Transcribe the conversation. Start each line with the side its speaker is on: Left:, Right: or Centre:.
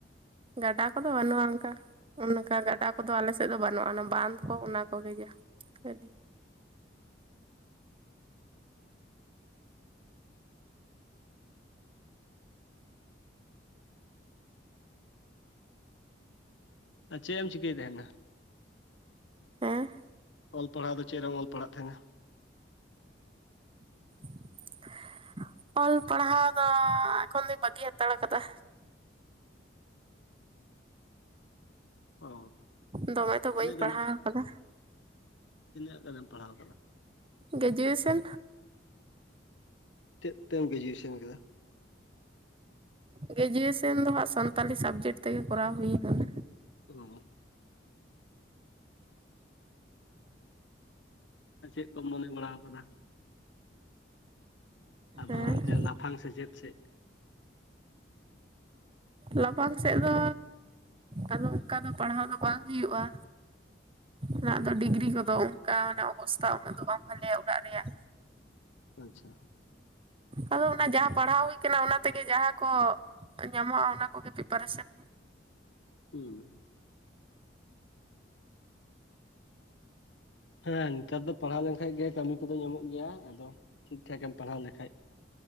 Right: ᱜᱟᱰᱟ ᱠᱚᱫᱚ ᱵᱟᱹᱱᱩᱜᱼᱟ ᱩᱝᱠᱟ ᱚᱱᱠᱟ ᱜᱟᱰᱟᱠ ᱠᱚᱫᱚ ᱟᱞᱮ ᱥᱮᱫ ᱫᱚ ᱵᱟᱹᱱᱩᱜᱼᱟ, ᱚᱱᱟ ᱵᱟᱱᱫᱷ ᱠᱚ ᱚᱱᱟ ᱠᱚᱜᱮ ᱡᱟ ᱠᱷᱟᱹᱞᱤ᱾
Left: ᱟᱨ ᱪᱮᱜ ᱮᱢ ᱪᱤᱠᱟᱹᱭ ᱛᱮᱦᱮᱱᱟ?
Right: ᱦᱮᱸ
Left: ᱚᱞ ᱯᱟᱲᱦᱟᱣ ᱫᱚ ᱪᱮᱫ ᱨᱮᱢ ᱚᱞ ᱯᱟᱲᱦᱟᱜ ᱛᱟᱦᱮᱱᱟ?
Right: <inaudible> ᱚᱞ ᱯᱟᱲᱦᱟᱣ ᱫᱚ ᱮᱠᱷᱚᱱ ᱫᱚ ᱵᱟᱹᱜᱤ ᱦᱟᱛᱟᱲ ᱠᱟᱫᱟ᱾
Left: ᱚ
Right: ᱫᱚᱢᱮ ᱫᱚ ᱵᱟᱹᱧ
Left: ᱛᱤᱱᱟᱹᱜ
Right: ᱯᱟᱲᱦᱟᱣ
Left: ᱜᱟᱱᱮᱢ
Right: ᱠᱟᱫᱟ᱾
Left: ᱛᱤᱱᱟᱹᱜ ᱜᱟᱱᱮᱢ ᱯᱟᱲᱦᱟᱣ ᱠᱟᱫᱟ?
Right: ᱜᱮᱡᱩᱭᱮᱥᱮᱱ
Left: ᱪᱮᱫ ᱛᱮᱢ ᱜᱮᱡᱩᱭᱮᱥᱮᱱ ᱠᱮᱫᱟ?
Right: ᱜᱮᱡᱩᱭᱮᱥᱚᱱ ᱫᱚ ᱦᱟᱸᱜ ᱥᱟᱱᱛᱟᱞᱤ ᱥᱟᱵᱽᱡᱮᱠᱴ ᱛᱮᱜᱮ ᱠᱚᱨᱟᱣ ᱦᱩᱭ ᱠᱟᱱᱟ᱾
Left: ᱚ ᱟᱨ ᱪᱮᱫ ᱠᱚᱢ ᱢᱚᱱᱮ ᱵᱟᱲᱟᱣ ᱠᱟᱫᱟ? ᱟᱫᱚ
Right: ᱦᱮᱸ
Left: ᱦᱚᱱᱛᱮ ᱞᱟᱯᱷᱟᱝ ᱥᱮᱪᱮᱫ ᱥᱮᱫ?
Right: ᱞᱟᱯᱷᱟᱝ ᱥᱮᱫ ᱫᱚ ᱟᱫᱚ ᱚᱝᱠᱟ ᱫᱚ ᱯᱟᱲᱦᱟᱣ ᱫᱚ ᱵᱟᱝ ᱦᱩᱭᱩᱜᱼᱟ᱾ ᱩᱱᱟᱹᱜ ᱫᱚ ᱰᱤᱜᱽᱨᱤ ᱠᱚᱫᱚ ᱚᱝᱠᱟᱱᱟᱜ ᱚᱵᱚᱥᱛᱷᱟ ᱩᱱᱟᱹᱜ ᱫᱚ ᱵᱟᱝ ᱵᱷᱟᱞᱮᱭᱟ ᱚᱲᱟᱜ ᱨᱮᱭᱟᱜ᱾
Left: ᱟᱪᱪᱷᱟ
Right: ᱟᱫᱚ ᱚᱱᱟ ᱡᱟᱦᱟᱸ ᱯᱟᱲᱦᱟᱣ ᱦᱩᱭ ᱠᱟᱱᱟ ᱚᱱᱟ ᱛᱮᱜᱮ ᱡᱟᱦᱟᱸ ᱠᱚ ᱧᱟᱢᱚᱜᱼᱟ ᱚᱱᱟ ᱠᱚᱜᱮ ᱯᱤᱯᱟᱨᱮᱥᱟᱱ
Left: ᱩᱸ ᱦᱮᱸ ᱱᱮᱛᱟᱨ ᱫᱚ ᱯᱟᱲᱦᱟᱣ ᱞᱮᱱᱠᱷᱟᱡ ᱜᱮ ᱠᱟᱹᱢᱤ ᱠᱚᱫᱚ ᱧᱟᱢᱚᱜ ᱜᱮᱭᱟ, ᱟᱫᱚ ᱴᱷᱤᱠ ᱴᱷᱟᱠᱮᱢ ᱯᱟᱲᱦᱟᱣ ᱞᱮᱠᱷᱟᱡ᱾